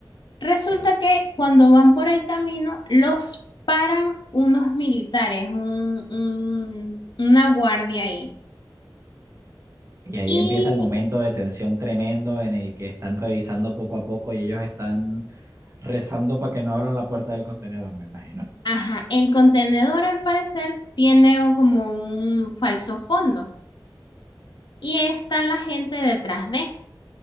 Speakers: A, on the left (about 60°); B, on the right (about 35°).
A: Resulta
B: Ok.
A: que cuando van por el camino, los paran unos militares, un, un- una guardia ahí.
B: Y ahí
A: Y,
B: empieza el momento de tensión tremendo en el que están revisando poco a poco y ellos están rezando para que no abran la puerta del contenedor, me imagino.
A: ajá, el contenedor al parecer tiene como un falso fondo y está la gente detrás de.